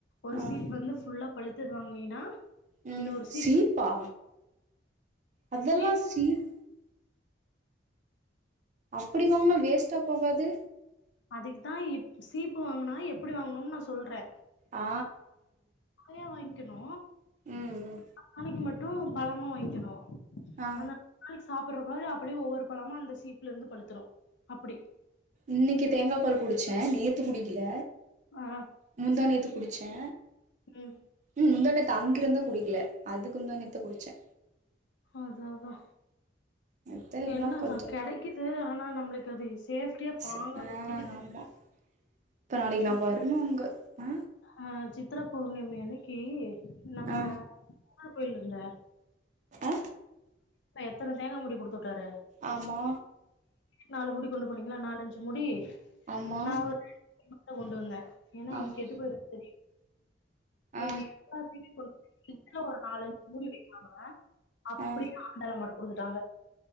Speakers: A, on the left; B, on the right.
A: ஒரு
B: ஆ
A: சீப் வந்து ஃபுல்லா பழுத்து வாங்னீன்னா
B: ம்
A: இன்னொரு சிப்
B: சீப்பா அதெல்லா
A: சிப்
B: சீப் அப்படி வாங்னா வேஸ்ட்டா போகாது
A: அதுக்குதா எப் சீப்பு வாங்குனா எப்படி வாங்கணுன் நா சொல்றே
B: ஆ
A: நறையா வாங்க்கணு
B: ம்
A: நாளைக்கு மட்டு பழமா வாங்க்கணு
B: ஆ
A: அந்த நாளைக் சாப்புற்றக்குள்ளார அப்படியே ஒவ்வொரு பழமா அந்த சீப்புல இருந்து பழுத்துரு அப்படி
B: இன்னைக்கு தேங்கா பால் குடிச்சே நேத்து குடிக்கல
A: ஆ
B: முந்தா நேத்து குடிச்சே
A: ம்
B: ம் முந்தாநேத்து அங்கிருந்த குடிக்கல அதுக்கு முந்தாநேத்து குடிச்சே
A: அதா அதா
B: மத்த எல்லா
A: என்ன
B: கொஞ்சோ
A: கெடைக்குது ஆனா நம்ளுக்கு அது சேஃப்ட்டியா பாங்கா
B: ஸ் ஆ
A: வச்சுக்க
B: ஆமா இப்ப நாளைக்கு நா வரணு அங்க ஆ
A: அ சித்தரா பௌர்ணமி அன்னைக்கி நம்ம
B: ஆ
A: <inaudible> கோயில்ல இருந்த
B: ஆ
A: எத்தன தேங்கா மூடி குடுத்துட்டாரு
B: ஆமா
A: நாலு மூடி கொண்டு போனீங்களா நாலஞ்சு மூடி
B: ஆமா
A: நா <inaudible> கொண்டு வந்தே ஏன்னா
B: ஆமா
A: இங்க கெட்டு போயிருது மீதி
B: ஆ
A: ராத்திரி கொண் ஒரு நாலஞ் மூடி வைக்கலாங்க அப்
B: ஆ
A: அப்படியே ஆண்டாளம்மாட்ட குடுத்துட்டாங்க